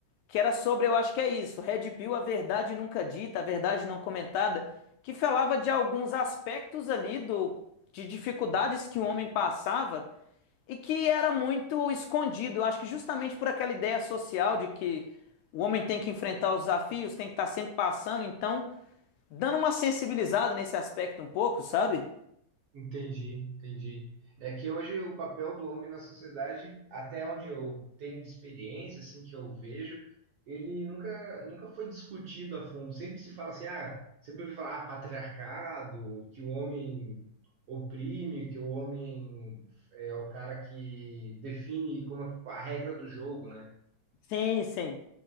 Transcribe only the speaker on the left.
que era sobre, eu acho que é isso, Red Pill, a verdade nunca dita, a verdade não comentada, que falava de alguns aspectos ali do de dificuldades que o homem passava e que era muito escondido. Eu acho que justamente por aquela ideia social de que o homem tem que enfrentar os desafios, tem que estar sempre passando, então dando uma sensibilizada nesse aspecto um pouco, sabe?
Sim, sim.